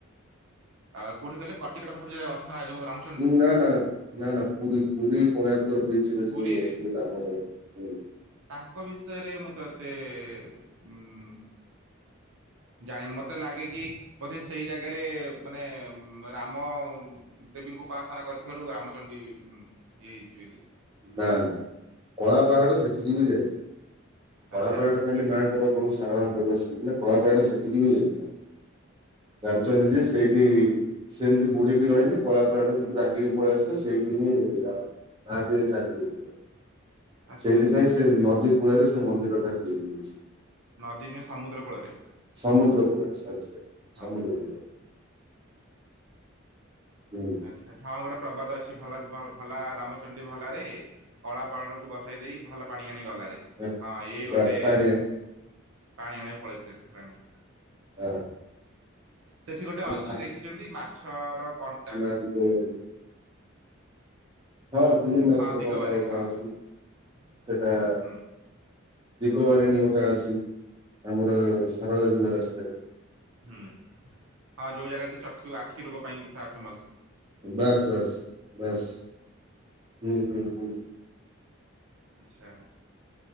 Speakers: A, on the right (about 75°); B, on the right (about 20°).
A: ଆ କୋଉଠି କହିଲେ କଟିକଟା ପାଖରେ ଅଛନ୍ତି ନା ଯୋଉ ରାମ୍।
B: ଉଁ ନା ନା ନା ନା ପୁରୀ ପୁରୀ କୋଣାର୍କରେ ବିଚ ରେ
A: ପୁରୀରେ
B: ଯୋଉ ଅଛନ୍ତି ରାମଜନ ହୁଁ।
A: ତାଙ୍କ ବିଷୟରେ ମୁଁ ତ ଏତେ ଉଁ ଜାଣିନି ମତେ ଲାଗେ କି ବୋଧେ ସେଇ ଜାଗାରେ ମାନେ ରାମ ଦେବୀଙ୍କୁ ଉପସନା କରିଥିବାରୁ ରାମଚଣ୍ଡୀ ଉ ଇଏ ହେଇଛି ବୋଲି।
B: ନା ନା କଳା ପାହାଡ ସେଠିକି ବି ଯାଇଥିଲା
A: ଆଚ୍ଛା
B: କଳା ପାହାଡ ଖାଲି ମାଙ୍କ ପାଖକୁ ସାରଳା ଆସିନଥିଲେ କଳାପାହାଡ଼ ସେଠିକିବି ମୁଯାଇଥିଲି। ରାମଚଣ୍ଡୀ ଯେ ସେଇଠି ସେମିତି ବୁଡ଼ିକି ରହିଲି କଳାପାହାଡ଼ ଯଉଠୁ ରାଗିକି ପଳେଇ ଆସିଲା ସେଇଠି ହିଁରା ମହାଦେ ଚାଲି ଯାଇଥିଲେ
A: ଆଚ୍ଛା
B: ସେଇଥିପାଇଁ
A: ଆଚ୍ଛା ଆଚ୍ଛା
B: ସେ ନଦୀ କୂଳରେ ସେ ମନ୍ଦିରଟା ତିଆରି ହେଇଚି।
A: ନଦୀ ନୁହେଁ ସମୁଦ୍ର କୂଳରେ।
B: ସମୁଦ୍ର କୂଳରେ ସରି ସରି
A: ହଁ
B: ସମୁଦ୍ର କୂଳରେ। ହୁଁ।
A: ଆଚ୍ଛା ଆଚ୍ଛା ହଁ ଗୋଟେ ପ୍ରବାଦ ଅଛି ଭଲ ଭଲ ଭଲା ରାମଚଣ୍ଡୀ ଭଲାରେ କଳା ପାହାଡ଼କୁ ବସାଇ ଦେଇ ଭଲ ପାଣି ଆଣି ଗଲାରେ।
B: ବାସ୍
A: ହଁ ଏଇ ଗୋଟେ
B: ପାଣିଆ
A: ପାଣି ଆଣିବାକୁ ପଳେଇଥିଲେ ଠାକୁରାଣୀ।
B: ହଁ।
A: ସେଠି ଗୋଟେ
B: ଆଉ
A: ଅଛି ଦେଖିଛନ୍ତି ମାଛର କଣ୍ଟା?
B: ଆଜିତ ବାରୁଣୀ। ହଁ ତିନି ମାଛର
A: ହଁ ଦିଗବାରିଣୀ
B: କଣ୍ଟା ଗୋଟା
A: ହଁ
B: ଅଛି ସେଟା
A: ହୁଁ
B: ଦିଙ୍ଗବାରିଣୀ ଗୋଟେ ଅଛି ଆମର ସାରଳା ଯିବା ରାସ୍ତାରେ।
A: ହୁଁ ହଁ ଯୋଉ ଜାଗାକି ଚକ୍ଷୁ ଆଖି ରୋଗ ପାଇଁ ଫେମସ୍।
B: ବାସ୍ ବାସ୍ ବାସ୍ ହୁଁ ହୁଁ ହୁଁ।
A: ଆଚ୍ଛା